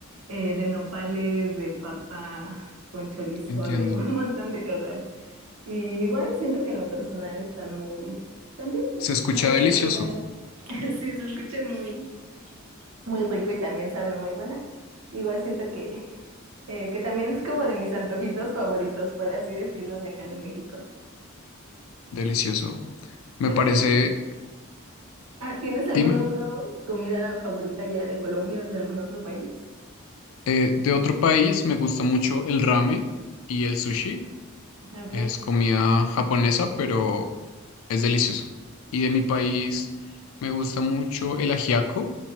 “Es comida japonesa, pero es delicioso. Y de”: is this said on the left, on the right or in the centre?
Left